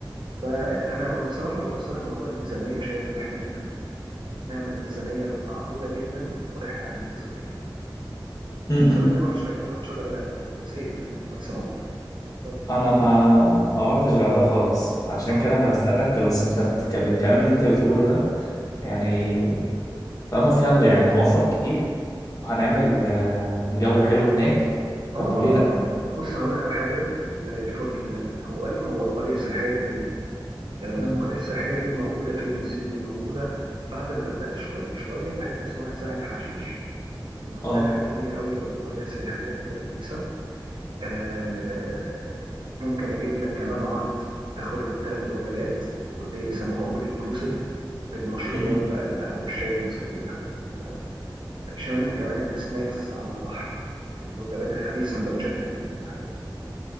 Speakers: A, on the right; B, on the left.
A: فانا بصراحه ببص لها موضوع الميزانيه شايف اللي احنا ممكن نعمل ميزانيه معقوله جدا ورحله هننبسط فيها
B: مم.
A: خصوصا إن انت ما رحتش انت ما رحتش الغردقه قبل كده انت زهقت من مرسى مطروح انا عارف رحتها كتير
B: أنا ما ما رحتش غردقة خالص عشان
A: اه
B: كده أنا بسألك بس أنت بتك... بالكلام اللي أنت بتقوله ده يعني طالما فيها يعني هنوفر كتير وهنعمل آه، جو حلو هناك
A: اه
B: طب
A: اه
B: وليه لأ؟
A: آه. بص هقول لك على حاجه ال... الف... ال... هو اولا هو قريه سياحيه كبيره آه،
B: مم.
A: القريه السياحيه دي موجوده فين يا سيدي موجوده بعد الغردقه شو... بشويه حته اسمها سهل حشيش ومنتجع
B: أه
A: كبير قوي او قريه سياحيه كده كويسه آه، ممكن اجيب لك كمان عرض تاخد الثلاث وجبات واللي بيسموها اول انكلوسيف بالمشروبات
B: مم.
A: بقى القهوه والشاي والنسكافيه والحاجات دي كلها آه، شامل كمان السناكس على البحر الوجبات الخفيفه السندوتشات الخفيفه والحاجات دي كلها